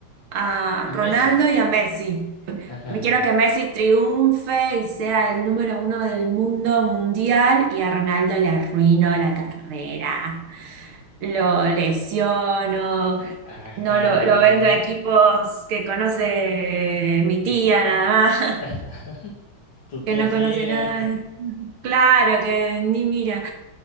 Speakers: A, on the right (about 70°); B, on the left (about 60°).
A: a Ronaldo
B: Messi,
A: y a Messi.
B: ajá,
A: Me quiero que Messi triunfe y sea el número uno del mundo mundial y a Ronaldo le arruino la carrera. Lo lesiono,
B: ajá,
A: no lo, lo vendo a equipos que conoce mi
B: que
A: tía nada más,
B: <laughs>
A: <laughs>
B: tu tía
A: que no
B: ciega,
A: conoce nada.
B: que
A: Claro, que ni mira,